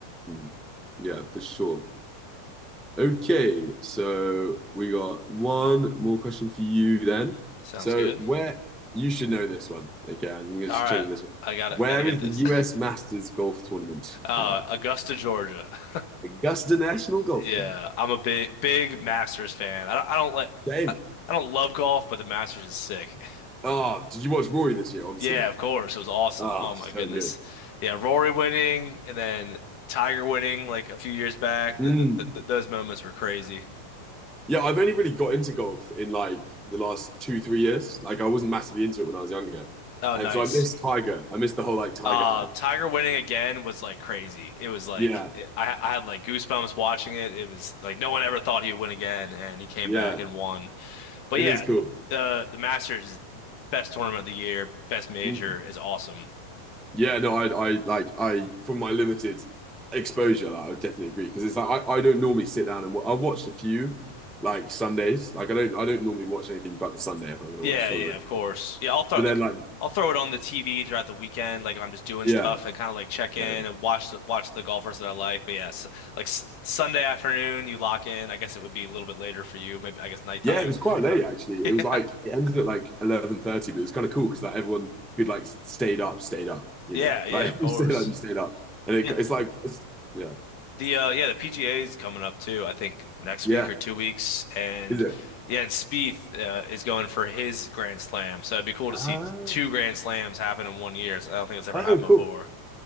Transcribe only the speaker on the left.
<laughs> Sounds
good.
All
right.
I gotta
gotta get
this.
Uh,
Augusta, Georgia. <laughs>
Yeah,
I'm a big big Masters fan. I don't, I don't let
I, I don't love golf, but the Masters is sick.
Yeah, of course. It was awesome.
Oh my
goodness.
Yeah, Rory winning and then Tiger winning like a few years back.
The, the, the, those moments were crazy.
Oh,
nice.
Uh,
Tiger winning again was like crazy. It was like
I I had like goosebumps watching it. It was like no one ever thought he would win again, and he came
back and won. But
yeah,
the the Masters best tournament of the year, best major
is awesome.
Yeah,
yeah, of course. Yeah, I'll throw
like
I'll throw it on the TV throughout the weekend, like if I'm just doing
stuff and kind of like check in
and watch the, watch the golfers that I like. But yes, like s Sunday afternoon, you lock in. I guess it would be a little bit later for you, maybe I guess nighttime.
<laughs>
Yeah,
yeah,
yeah,
of
course.
Yeah,
The uh yeah, the PGA is coming up too, I think next
week or two weeks. And
yeah, and Spieth uh, is going for his Grand Slam. So it'd be cool
to see two Grand Slams happen in one year. So I don't think it's ever
happened
before.